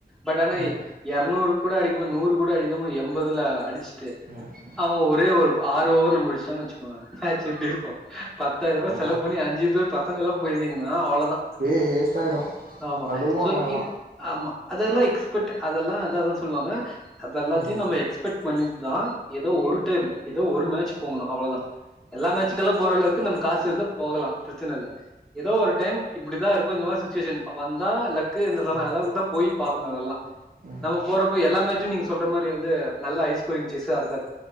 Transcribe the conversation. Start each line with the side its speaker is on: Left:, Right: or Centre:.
Centre: பட் ஆனா
Right: ம்
Centre: இரநூறு கூட அடிக்குமா நூறு கூட அடிக்காம எண்பதுல அடிச்சுட்டு
Right: <inaudible>
Centre: அவங்க ஒரே ஒரு ஆறு ஓவவர்ல முடிச்சாங்க வச் மேட்ச் எப்டி இருக்கு பத்தாயிர
Right: ஆமா
Centre: செலக்ட் பண்ணி அஞ்சு பேர் பசங்க எல்லா போயிருந்தீங்கன்னா அவ்ளதா
Right: வே வேஸ்ட் ஆயிடு
Centre: ஆமா
Right: அழுவாங்க
Centre: சோ
Right: எல்லா
Centre: இ ஆமா அதெல்லா எக்ஸ்பர்ட் அதெல்லா அதா சொல்லுவாங்க அத எல்லாத்தையு
Right: ம்
Centre: நம்ம எக் எக்பெக்ட் பண்ணிட்டு தா ஏதோ ஒரு டைம் ஏதோ ஒரு மேட்ச் போகணு அவ்ளோதா எல்லா மேட்சுக்கு எல்லா போற அளவுக்கு நம்ம காசு இருந்தா போகலா பிரச்சன இல்ல ஏதோ ஒரு டைம் இப்டிதா இருக் இந்த மாரி சுச்சுவேஷன் வந்தா லக்கு இந்திர
Right: ம்
Centre: அளவுக்கு தா போய் பார்கணு அதெல்லா
Right: ம்
Centre: நம்ம போற போய் எல்லா மேட்சு நீங்க சொல்ற மாரி வந்து நல்ல ஐ ஸ்கோரிங் சஸா இருக்காது